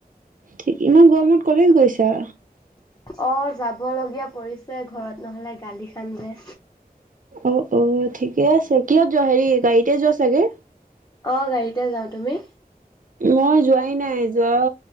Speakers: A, on the right; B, on the left.
A: ঠিক, ইমান গৰমত কলেজ গৈছা?
B: অ যাব লগীয়া পৰিছে ঘৰত, নহ'লে গালি খাম যে।
A: অ অ ঠিকে আছে কিয় যোৱা হেৰি গাড়ীতে যোৱা চাগে।
B: অ গাড়ীতে যাওঁ, তুমি!
A: মই যোৱাই নাই যোৱ